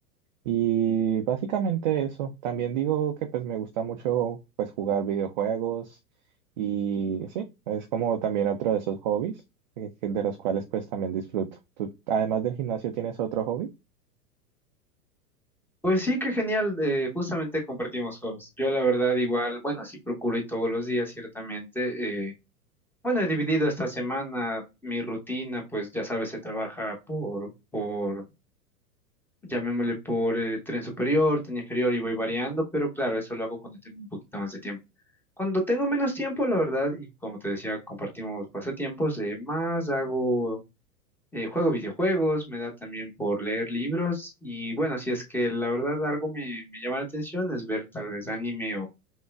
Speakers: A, on the right (about 35°); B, in the centre.
A: Y básicamente eso. También digo que pues me gusta mucho pues jugar videojuegos y sí, es como también otro de esos hobbies eh, que- de los cuales pues también disfruto. ¿Tú además del gimnasio tienes otro hobby?
B: Pues sí, qué genial, eh, justamente compartimos hobbies. Yo la verdad igual, bueno, sí procuro ir todos los días, ciertamente. eh, bueno, he dividido esta semana mi rutina, pues ya sabes, se trabaja por, por llamémosle por eh, tren superior, tren inferior y voy variando, pero claro, eso lo hago cuando tengo un poquito más de tiempo. Cuando tengo menos tiempo, la verdad, y como te decía, compartimos pasatiempos, eh, más hago, eh, juego videojuegos, me da también por leer libros y bueno, si es que la verdad algo me, me llama la atención es ver tal vez anime